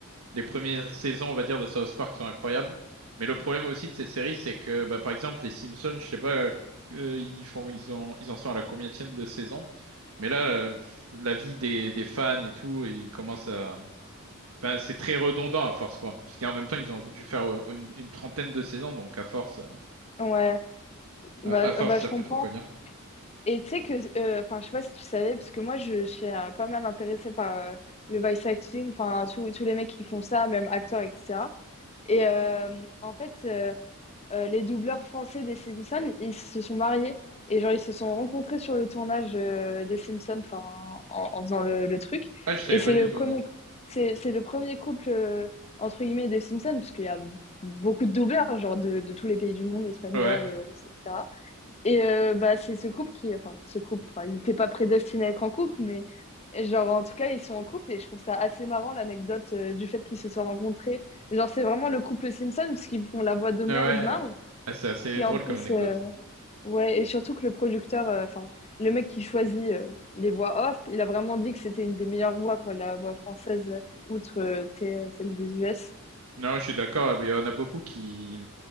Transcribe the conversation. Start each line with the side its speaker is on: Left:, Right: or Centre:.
Right: les premières saisons, on va dire, de South Park sont incroyables. Mais le problème aussi de ces séries, c'est que, bah, par exemple, les Simpsons, je sais pas, euh, euh, ils font, ils ont, ils en sont à la combienième de saison. Mais là, euh, la vie des, des fans et tout, ils commencent à, enfin, c'est très redondant à force, quoi. Parce qu'en même temps, ils ont dû faire euh, une, une trentaine de saisons, donc à force. euh,
Left: Ouais, bah,
Right: euh, à force,
Left: bah
Right: ça
Left: je comprends.
Right: fait trop cognard.
Left: Et tu sais que... euh, Enfin, je sais pas si tu savais, parce que moi, je, je suis euh, pas mal intéressée par euh, le voice acting, enfin, tous tous les mecs qui font ça, même acteurs, etc. Et euh, en fait, euh, euh, les doubleurs français des Simpsons, ils se sont mariés. Et genre, ils se sont rencontrés sur le tournage euh, des Simpsons, enfin, en, en faisant le, le truc.
Right: Ah, je savais
Left: Et c'est
Right: pas du
Left: le
Right: tout,
Left: premier,
Right: non.
Left: cou- c'est, c'est le premier couple, euh, entre guillemets, des Simpsons, parce qu'il y a beaucoup de doubleurs, genre de, de tous les pays du monde, espagnols,
Right: Ouais.
Left: euh, russes, etc. Et euh, bah, c'est ce couple qui, enfin, ce couple, enfin, ils n'étaient pas prédestinés à être en couple, mais genre, en tout cas, ils sont en couple et je trouve ça assez marrant l'anecdote euh, du fait qu'ils se soient rencontrés. Genre, c'est vraiment le couple Simpson, puisqu'ils font la voix de mère
Right: Ouais, ouais.
Left: et de Marge,
Right: euh, Ah, c'est assez
Left: qui
Right: drôle
Left: en plus,
Right: comme anecdote.
Left: euh, ouais, et surtout que le producteur, euh, enfin, le mec qui choisit euh, les voix off, il a vraiment dit que c'était une des meilleures voix, quoi, la voix française, euh, outre euh, tu sais, euh, celle des US.
Right: Non, je suis d'accord. Il y en a beaucoup qui,